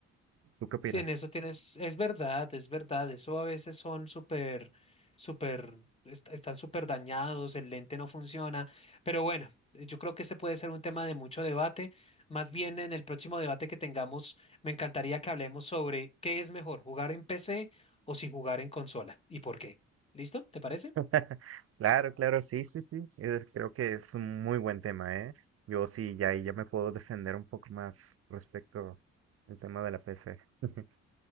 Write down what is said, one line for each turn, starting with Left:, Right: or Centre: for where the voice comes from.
Right: ¿Tú qué opinas?
Left: Sí, en eso tienes, es verdad, es verdad, eso a veces son súper, súper, est- están súper dañados, el lente no funciona, pero bueno, eh, yo creo que ese puede ser un tema de mucho debate, más bien en el próximo debate que tengamos, me encantaría que hablemos sobre qué es mejor, jugar en PC o si jugar en consola y por qué. ¿Listo? ¿Te parece?
Right: <laughs> Claro, claro, sí, sí, sí. eh, creo que es un muy buen tema, ¿eh? Yo sí, ya, ahí ya me puedo defender un poco más respecto al tema de la PC. <laughs>